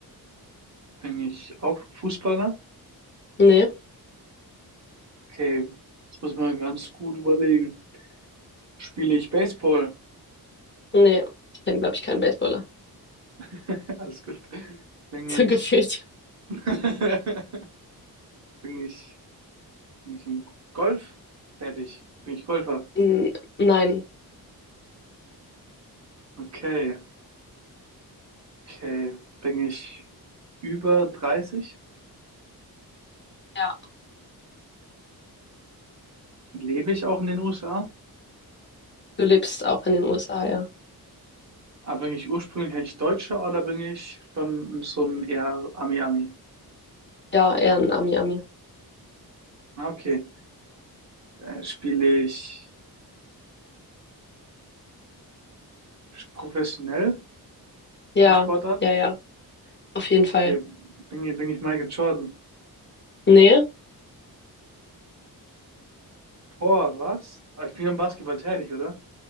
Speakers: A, on the right (about 45°); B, on the left (about 30°).
A: Eigentlich auch Fußballer?
B: nee,
A: Okay, das muss man ganz gut überlegen. Spiele ich Baseball?
B: nee. Ich kenne, glaube ich, keinen Baseballer. <laughs>
A: <laughs> Alles gut. Bin ich,
B: So gefühlt.
A: <laughs> bin ich, bin ich im Golf tätig? Bin ich Golfer?
B: N- Nein.
A: Okay, okay. Bin ich über 30?
B: Ja.
A: Lebe ich auch in den USA?
B: Du lebst auch in den USA, ja.
A: Aber bin ich ursprünglich eigentlich Deutscher oder bin ich schon so ein eher Ami-Ami?
B: Ja, eher ein Ami-Ami.
A: Ah, Okay. Äh, spiele ich professionell
B: Ja,
A: die Sportart?
B: ja, ja. Auf jeden Fall.
A: Okay, bin ich, bin ich Michael Jordan?
B: Nee,
A: Boah, was? Aber ich bin am Basketball tätig, oder?